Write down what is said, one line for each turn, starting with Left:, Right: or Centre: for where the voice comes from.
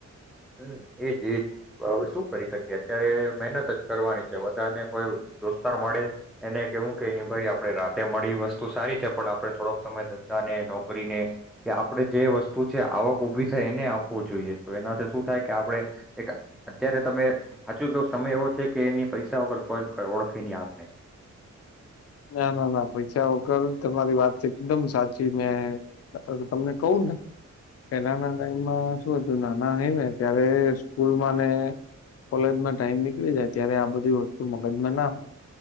Centre: હમ એજ એજ હવે શું કરી શકીએ અત્યારે મહેનત જ કરવાની છે બધાને કોઈ દોસ્તાર મળે એને કેવું કેને ભાઈ આપણે રાતે મળી વસ્તુ સારી છે પણ આપણે થોડોક સમય ધંધા ને નોકરીને કે આપડણે જે વસ્તુ છે આવક ઊભી થાય એને આપવું જોઈએ તો એનાથી શું થાય કે આપણે એક અત્યારે તમે સાચું કે સમય એવો છે કે એની પૈસા વગર કોઈ ઓળખી નહી આપને
Left: ના ના ના પૈસા વગર તમારી વાત એકદમ સાચી મેં તમને કહું ને પેલાના ટાઈમમાં શું હતું નાના હોય ને ત્યારે સ્કૂલમાં ને કોલેજમાં ટાઈમ નીકળી જાય ત્યારે આ બધી વસ્તુ મગજમાં ના હોય